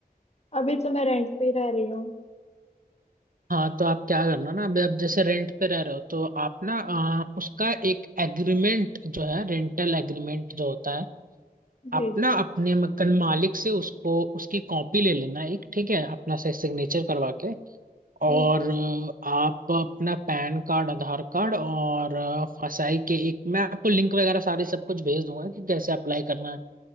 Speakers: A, on the left; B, on the right.
A: अभी तो मैं रेंट पे ही रह रही हूँ
B: हाँ तो आप क्या करना ना अभी आप जैसे रेंट पे रह रहे हो तो आप ना अ, उसका एक एग्रीमेंट जो है रेंटल एग्रीमेंट जो होता है
A: जी
B: अपना
A: जी
B: अपने मकान मालिक से उसको उसकी कॉपी ले लेना एक ठीक है अपना से सिग्नेचर करवा के और
A: जी
B: अ, आप अपना पैन कार्ड आधार कार्ड और अ, फसाई के एक मैं आपको लिंक वगैरह सारे सब कुछ भेज दूंगा कि कैसे अप्लाई करना है